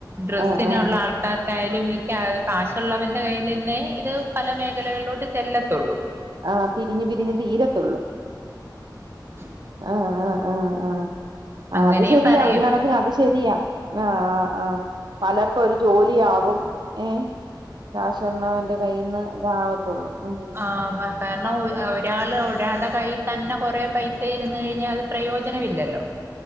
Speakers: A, on the right; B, on the right.
A: ഡ്രസ്സിനുള്ള
B: ആഹ് ആഹ് ആഹ്
A: ആൾ. ക്കാർക്കായാലും ഈ ക്യാ കാശുള്ളവന്റെ കയ്യിൽന്നെ ഇത് പല മേഖലകളിലോട്ട് ചെല്ലത്തുള്ളൂ.
B: ആ പിരിഞ്ഞു പിരിഞ്ഞ് തീരത്തുള്ളു.
A: <inaudible>
B: ആഹ ആഹ് ആഹ്
A: അങ്ങനെയും
B: ആഹ അത് ശെരിയാ
A: പറയും
B: ഒരു കണക്കിന് അത് ശെരിയാ. ആ ആ ആ പലർക്കും ഒരു ജോലിയാകും ഏ. കാശ്ന്നവന്റെ കയ്യിന്ന് ഇതാവത്തുള്ളൂ ഉ
A: ആ കാരണം ഒരാള് ഒരാളുടെ കയ്യി തന്നെ കൊറെേ പൈസ ഇരുന്നു കയ്ഞ്ഞാൽ അത് പ്രയോജനമില്ലല്ലോ.